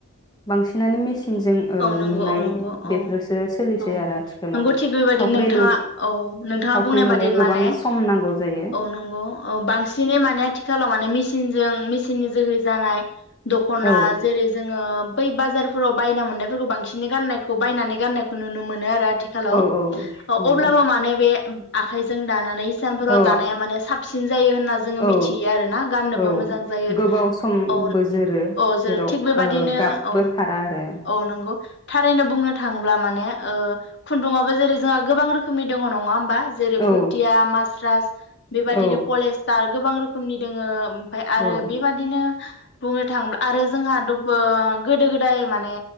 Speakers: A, on the left; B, on the left.
A: बांसिनानो मेसिनजों ओ
B: औ नंगौ
A: लुनाय
B: औ नंगौ औ
A: बेफोरसो सोलिसै
B: औ
A: आरो आथिखालाव
B: नंगौ थिग बेबायादिनो
A: थावख्रि
B: नोंथाङा
A: लु
B: औ नोंथाङा
A: थावख्रि
B: बुंनाय
A: लुनायाव
B: बादि
A: गोबां
B: माने औ
A: सम नांगौ जायो
B: नंगौ औ बांसिनै माने आथिखालाव माने मेसिनजों मेचिननि जोहै जानाय दख'ना
A: औ
B: जेरै जोङो बै बाजारफोराव बायना मोननायफोरखौ बांसिन गाननायखौ बायनानै गाननायखौ खौ नुनो मोनो आरो आथिखालाव
A: औ औ नंगौ
B: अब्लाबो माने बे आखाइजों दानानै सानफोराव
A: औ
B: दानाया माने साबसिन जायो होनना जोङो
A: औ
B: मिथियो आरोना गाननोबो
A: औ
B: मोजां जायो
A: गोबाव समबो
B: औ
A: जोरो
B: औ ज
A: जेराव
B: थिक बेबादिनो
A: ओ गाबबो
B: औ
A: खारा आरो
B: औ नंगौ थारैनो बुंनो थांब्ला माने खुन्दुङाबो जेरै जोंहा गोबां रोखोमनि दङ नङा नङा होनबा जै
A: औ
B: भुथिया मासरास बेबायदिनो
A: औ
B: पलेसटार गोबां रोखोमनि रोखोमनि दोङो उम ओमफाय आरो
A: औ
B: बेबादिनो बुंनो थाङोब्ला आरो जोंहा दोबो गोदो गोदाय माने